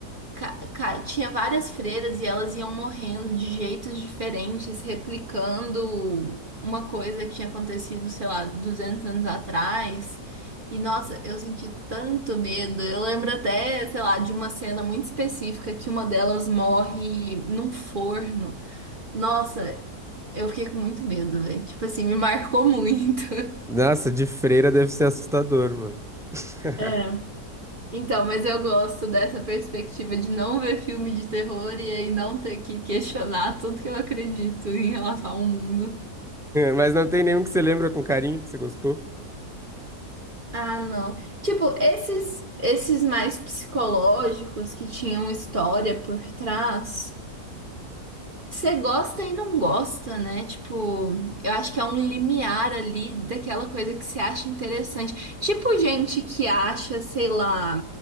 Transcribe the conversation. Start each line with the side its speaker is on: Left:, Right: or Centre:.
Right: ca- ca- tinha várias freiras e elas iam morrendo de jeitos diferentes, replicando uma coisa que tinha acontecido, sei lá, 200 anos atrás. E nossa, eu senti tanto medo. Eu lembro até, sei lá, de uma cena muito específica que uma delas morre num forno. Nossa, eu fiquei com muito medo, velho. Tipo assim, me marcou muito. <laughs>
Centre: Nossa, de freira deve ser assustador, mano. <laughs>
Right: É. Então, mas eu gosto dessa perspectiva de não ver filme de terror e aí não ter que questionar tudo que eu acredito em relação ao mundo.
Centre: Mas não tem nenhum que você lembra com carinho, que você gostou?
Right: Ah, não. Tipo, esses esses mais psicológicos que tinham história por trás, você gosta e não gosta, né? Tipo, eu acho que é um limiar ali daquela coisa que você acha interessante. Tipo, gente que acha, sei lá,